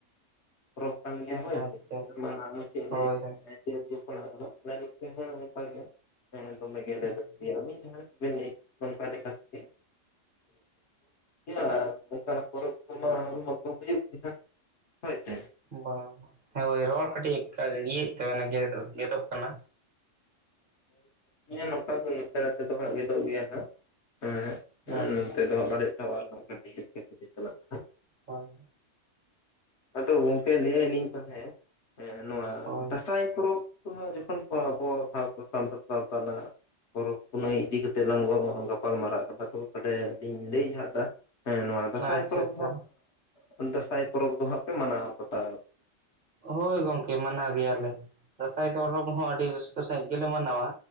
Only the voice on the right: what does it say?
ᱟᱪᱪᱷᱟ
ᱦᱳᱭ ᱦᱳᱭ
ᱟᱪᱪᱷᱟ
ᱵᱟᱝ ᱦᱮᱸ ᱦᱳᱭ ᱨᱚᱲ ᱠᱟᱹᱴᱤᱡ ᱤᱭᱟᱹᱮᱫ ᱛᱟᱵᱮᱱᱟ ᱜᱮᱫ ᱜᱮᱫᱚᱜ ᱠᱟᱱᱟ
ᱟᱪᱪᱷᱟ
ᱦᱳᱭ
ᱦᱳᱭ
ᱟᱪᱪᱷᱟ
ᱟᱪᱪᱷᱟ
ᱦᱳᱭ ᱜᱚᱝᱠᱮ ᱢᱟᱱᱟᱣ ᱜᱮᱭᱟᱞᱮ ᱫᱟᱸᱥᱟᱭ ᱯᱚᱨᱚᱵᱽ ᱦᱚᱸ ᱟᱹᱰᱤ ᱨᱟᱹᱥᱠᱟᱹ ᱥᱟᱺᱦᱤᱡ ᱜᱮᱞᱮ ᱢᱟᱱᱟᱣᱟ᱾